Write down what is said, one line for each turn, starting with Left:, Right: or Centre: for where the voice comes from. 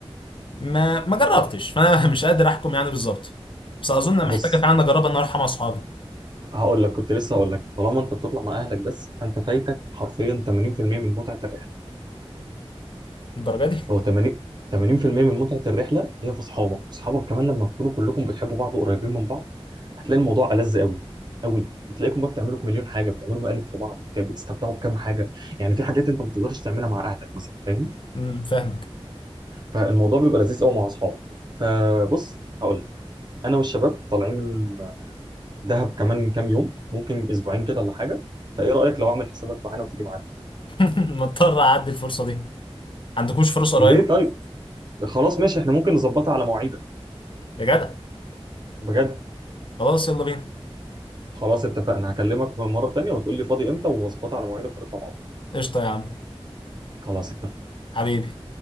Left: ما ما جربتش فانا <laughs> مش قادر احكم يعني بالظبط بس اظن
Right: بص
Left: محتاجه فعلا اجرب ان أنا اروح مع اصحابي
Right: هقول لك كنت لسه هقول لك طالما انت بتطلع مع اهلك بس فانت فايتك حرفيا 80% من متعه الرحله
Left: الدرجه دي
Right: هو 80 80% من متعة الرحلة هي في أصحابك، وأصحابك كمان لما تكونوا كلكم بتحبوا بعض وقريبين من بعض هتلاقي الموضوع ألذ قوي قوي، بتلاقيكم بقى بتعملوا مليون حاجة، بتعملوا مقالب في بعض، بت- بتستمتعوا بكام حاجة، يعني في حاجات أنت ما بتقدرش تعملها مع أهلك مثلا فاهم؟
Left: امم فاهمك
Right: فالموضوع بيبقى لذيذ قوي مع أصحابك. فبص هقول لك، أنا والشباب طالعين دهب كمان كام يوم، ممكن أسبوعين كده ولا حاجة، فإيه رأيك لو أعمل حسابك معانا وتيجي معانا؟
Left: <laughs> مضطر اعدي الفرصه دي عندكوش فرصه قريبه
Right: ليه طيب؟ خلاص ماشي إحنا ممكن نظبطها على مواعيدك
Left: يا جدع
Right: بجد.
Left: خلاص يلا بينا
Right: خلاص اتفقنا هكلمك مرة تانية وتقول لي فاضي امتى واظبطها على مواعيدك ونطلع مع بعض
Left: قشطه يا عم
Right: خلاص اتفقنا
Left: حبيبي